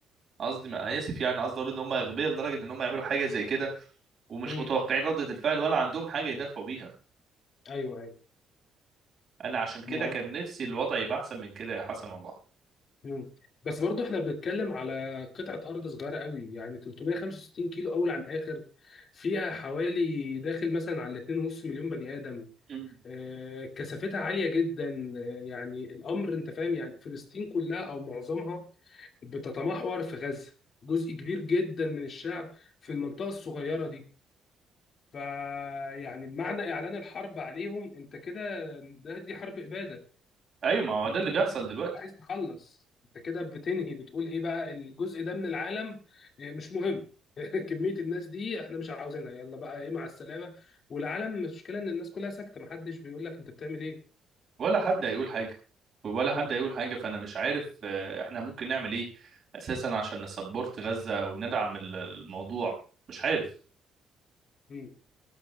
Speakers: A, on the right (about 35°); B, on the left (about 40°).
A: قصدي ما آه، اسف يعني قصدي اقول ان هم اغبياء لدرجة ان هم يعملوا حاجة زي كده ومش
B: امم
A: متوقعين ردة الفعل ولا عندهم حاجة يدافعوا بيها
B: ايوه ايوه
A: انا عشان كده
B: ما
A: كان
B: هو
A: نفسي الوضع يبقى احسن من كده يا حسن والله
B: مم. بس برضه احنا بنتكلم على قطعه ارض صغيره قوي يعني 365 كيلو اول عن اخر فيها حوالي داخل مثلا على 2.5 مليون بني ادم
A: <laughs>
B: آه، كثافتها عالية جدا آه، يعني الأمر أنت فاهم يعني فلسطين كلها أو معظمها بتتمحور في غزة جزء كبير جدا من الشعب في المنطقة الصغيرة دي فيعني معنى إعلان الحرب عليهم أنت كده ده دي حرب إبادة
A: ايوه ما هو
B: أنت
A: ده اللي
B: بتبيد
A: بيحصل دلوقتي
B: عايز تخلص أنت كده بتنهي بتقول إيه بقى الجزء ده من العالم آه، مش مهم <laughs> كمية الناس دي احنا مش عاوزينها يلا بقى ايه مع السلامة والعالم المشكلة ان الناس كلها ساكتة محدش بيقول لك انت بتعمل ايه
A: ولا حد هيقول حاجة ولا
B: مم.
A: حد هيقول حاجة فأنا مش عارف آه، إحنا ممكن نعمل إيه أساسا عشان نسبورت غزة أو ندعم ال- الموضوع مش عارف
B: مم.